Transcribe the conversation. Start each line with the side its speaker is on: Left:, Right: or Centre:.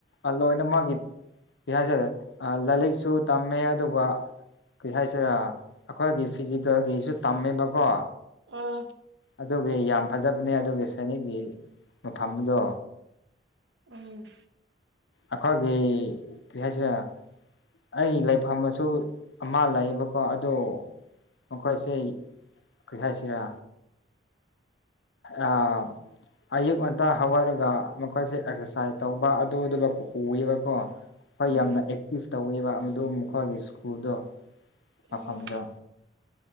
Left: ꯑ ꯂꯣꯏꯅ ꯃꯥꯒꯤ ꯀ꯭ꯔꯤ ꯍꯥꯏꯁꯤꯔ ꯑ ꯂꯥꯏꯂꯤꯛꯁꯨ ꯇꯝꯃꯦ ꯑꯗꯨꯒ ꯀꯩ ꯍꯥꯏꯁꯤꯔꯥ ꯑꯈꯣꯏꯒꯤ ꯐꯤꯖꯤꯀꯦꯜꯒꯤꯁꯨ ꯇꯝꯃꯦꯕꯀꯣ
Right: ꯎꯝ
Left: ꯑꯗꯨꯒꯤ ꯌꯥꯝ ꯐꯖꯕꯅꯦ ꯑꯗꯨꯒꯤ ꯁꯥꯏꯅꯤꯛꯒꯤ ꯃꯐꯝꯗꯣ
Right: ꯎꯝ
Left: ꯑꯈꯣꯏꯒꯤ ꯀ꯭ꯔꯤ ꯍꯥꯏꯁꯤꯔ ꯑꯩ ꯂꯩꯐꯝꯃꯁꯨ ꯑꯃ ꯂꯩꯌꯦꯕꯀꯣ ꯑꯗꯣ ꯃꯈꯣꯏꯁꯦ ꯀꯩ ꯍꯥꯏꯁꯤꯔꯥ ꯑꯥ ꯑꯌꯨꯛ ꯉꯟꯇ ꯍꯧꯒꯠꯂꯒ ꯃꯈꯣꯏꯁꯦ ꯑꯦꯛꯁꯔꯁꯥꯏ ꯇꯧꯕ ꯑꯗꯨ ꯑꯗꯨꯃꯛ ꯎꯋꯦꯕꯀꯣ ꯑꯣꯏ
Right: ꯎꯝ
Left: ꯌꯥꯝꯅ ꯑꯦꯛꯇꯤꯞ ꯇꯧꯋꯦꯕ ꯃꯗꯨ ꯃꯈꯣꯏꯒꯤ ꯁ꯭ꯀꯨꯜꯗꯣ ꯃꯐꯝꯗꯣ
Right: ꯎꯝ